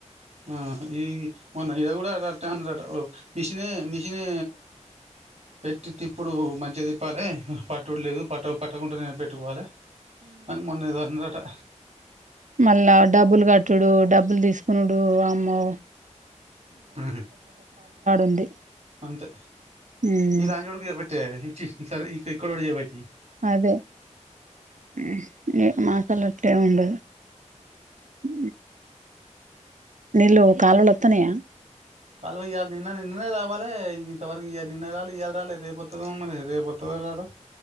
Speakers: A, on the right; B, on the right.
A: ఆ ఈ మొన్న ఇడా కూడా అటెన్నారు అట మిషినే మీ మిషినే పెట్టి తిప్పుడు మంచిగా తిప్పాలి పట్టుడు లేదు పట్ట పట్టకుండా నేను పెట్టుకోవాలి మ మొన్న ఎదో అన్నారు అట
B: మళ్ళ డబ్బులు కట్టుడు డబ్బులు తీసు ఉనుడు అమ్మో
A: హ్మ్ హు
B: ఉంది
A: అంతే
B: మ్మ్
A: ఇలా <unintelligible> ఇచ్చి సరే ఈక ఇక్కడోడు చేయబట్టి
B: అదే హ్మ్ మా కళ్ళ అటే ఉండ అ నిల్లు కాలవలు వత్తనయ
A: కాలువ ఇళ నిన్న నిన్ననే రావాలి ఇంతవరకు నిన్న రాలి ఇవళ రాలే రేపువోతదో మరి రేపువోతదో రాదో